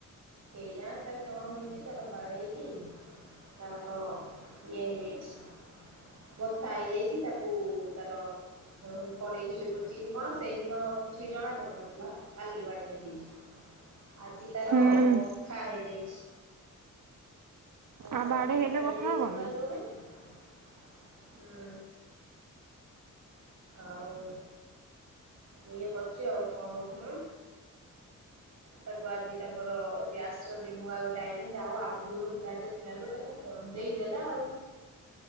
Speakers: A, on the right (about 55°); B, on the right (about 80°).
A: କେଇଯାଣି ତାର କଣ ହେଇଛି ତାର ବାଡେଇଇକି ତାର ଇଏ ହେଇଯାଇଛି। ବଥା ହେଇଯାଇଛି ତାକୁ ତାର ହ କଡେଇକି ଶୋଇ ପଡିଛି କି କଣ ସେଇଦିନ କିଛି ଜଣା ପଡୁନଥିଲା କାଲି ବାଡେଇ ହେଇଯାଇଛି। ଆଜି ତାର
B: ହୁଁ
A: ବଥା ହେଇଯାଇଛି।
B: ଆଉ
A: ତାର
B: ବାଡେଇ
A: ବଥା
B: ହେଲେ
A: ହେଇଯାଇଛି
B: କଥା ହବନି
A: ପୁରା
B: ନା
A: ଜୋରେ ହୁଁ। ଆଉ। ଇଏ କରିଛି ଆଉ କଣ ହଉଥିଲା? ତାକୁ ଆଜି ତାଙ୍କର ଯିଏ ଆସିଛନ୍ତି ନୂଆ ଗୋଟେ ଆଇଛନ୍ତି ଯାହା ହଉ ଆଗକୁ ଗୋଟେ ବୁଢା ଟେ ଥିଲା ଲୋ ତାକୁ କନ୍ଦେଇଦେଲା ଆଉ।